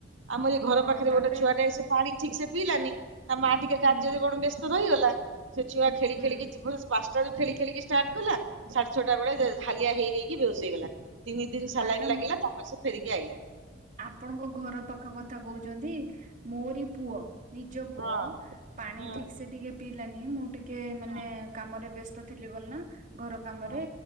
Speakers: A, on the right; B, on the right.
A: ଆମର ଏଇ ଘର
B: ହଁ
A: ପାଖରେ
B: ତାପରେ
A: ଗୋଟେ ଛୁଆ ଟା ସେ ପାଣି ଠିକ ସେ ପିଇଲାନି ତା ମା ଟିକେ କାର୍ଯ୍ୟରେ
B: ହୁଁ
A: କଣ ବ୍ୟସ୍ତ ରହିଗଲା ସେ ଛୁଆ ଖେଳି
B: ହୁଁ
A: ଖେଳିକି ଯିବ ପାଞ୍ଚଟା ରୁ ଖେଳି ଖେଳିକି ଷ୍ଟାର୍ଟ କଲା ସାଢ଼େ ଛଅଟା ବେଳେ ସେ ହାଲିଆ ହେଇ ହେଇକି ବେହୋସ୍ ହେଇଗଲା। ତିନି ଦିନ ସଲାଇନ୍
B: ମ୍ୟାଡାମ
A: ଲାଗିଲା ତାପରେ ସେ ଫେରିକି ଆଇିଲା।
B: ଆପଣଙ୍କ ଘର ପାଖ କଥା କହୁଛନ୍ତି ମୋରି ପୁଅ ନିଜ ପୁଅ
A: ହଁ
B: ପାଣି
A: ହଁ
B: ଠିକ ସେ ଟିକେ ପିଇଲାନି ମୁଁ ଟିକେ ମାନେ
A: ହଁ
B: କାମରେ ବ୍ୟସ୍ତ ଥିଲି ବୋଲି ନା ଘର କାମରେ
A: ହଁ